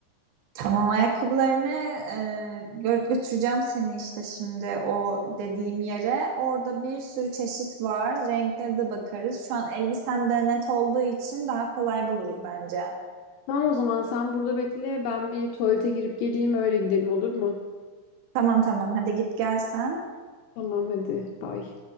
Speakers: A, on the right; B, on the left.
A: Tamam ayakkabılarını e, gö- götüreceğim seni işte şimdi o dediğim yere. Orada bir sürü çeşit var. Renkleri de bakarız. Şu an elbisen de net olduğu için daha kolay buluruz bence.
B: Tamam o zaman sen burada bekle ben bir tuvalete girip geleyim öyle gidelim olur mu?
A: Tamam tamam hadi git gel sen.
B: Tamam hadi bay.